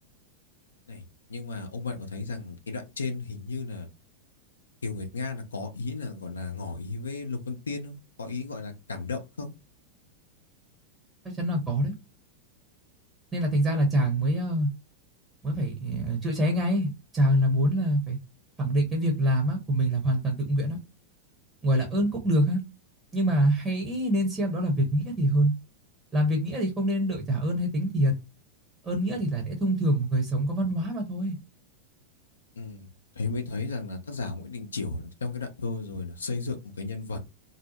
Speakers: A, on the left (about 70°); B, on the right (about 15°).
A: Này, nhưng mà ông bạn có thấy rằng cái đoạn trên hình như là Kiều Nguyệt Nga là có ý là gọi là ngỏ ý với Lục Vân Tiên không? Có ý gọi là cảm động không?
B: chắc chắn là có đấy nên là thành ra là chàng mới ờ, mới phải ờ, chữa cháy ngay chàng là muốn là phải khẳng định cái việc làm á của mình là hoàn toàn tự nguyện á gọi là ơn cũng được ha nhưng mà hãy nên xem đó là việc nghĩa thì hơn Làm việc nghĩa thì không nên đợi trả ơn hay tính thiệt. Ơn nghĩa thì là lẽ thông thường của người sống có văn hóa mà thôi.
A: Ừ. Thế mới thấy rằng là tác giả Nguyễn Đình Chiểu trong cái đoạn thơ rồi là xây dựng một cái nhân vật